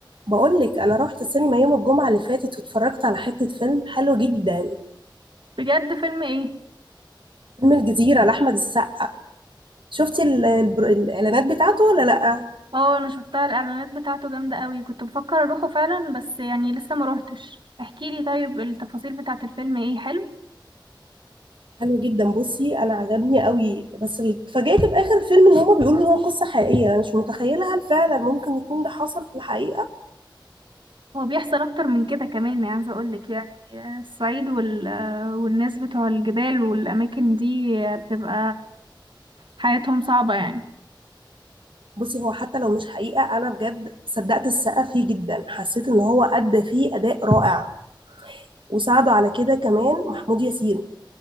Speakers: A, on the right; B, on the right.
A: بقولك انا رحت السينما يوم الجمعه اللي فاتت واتفرجت على حته فيلم حلو جدا
B: بجد فيلم ايه
A: فيلم الجزيره لاحمد السقا شفتي ال- البر- الاعلانات بتاعته ولا لا
B: اه انا شفتها الاعلانات بتاعته جامده قوي كنت بفكر اروحه فعلا بس يعني لسه ما روحتش احكي لي طيب التفاصيل بتاعه الفيلم ايه حلو
A: حلو جدا بصي انا عجبني قوي بس ال- اتفاجئت في اخر الفيلم ان هما بيقولوا ان هو قصه حقيقيه انا مش متخيله هل فعلا ممكن يكون ده حصل في الحقيقه
B: هو بيحصل اكتر من كده كمان يعني عايزه اقول لك يعني الصعيد وال والناس بتوع الجبال والاماكن دي بتبقى حياتهم صعبه يعني
A: بصي هو حتى لو مش حقيقه انا بجد صدقت السقا فيه جدا حسيت ان هو ادى فيه اداء رائع وساعده على كده كمان محمود ياسين